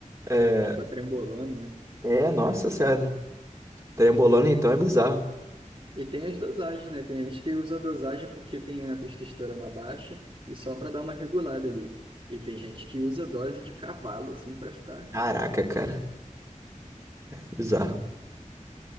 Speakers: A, on the right; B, on the right.
A: é,
B: tipo, é trembolona, né?
A: É, nossa senhora. Trembolona então é bizarro.
B: E tem as dosagens, né? Tem gente que usa a dosagem porque tem a testosterona baixa e só pra dar uma regulada ali. E tem gente que usa dose de cavalo, assim, pra ficar.
A: Caraca, cara. É Bizarro.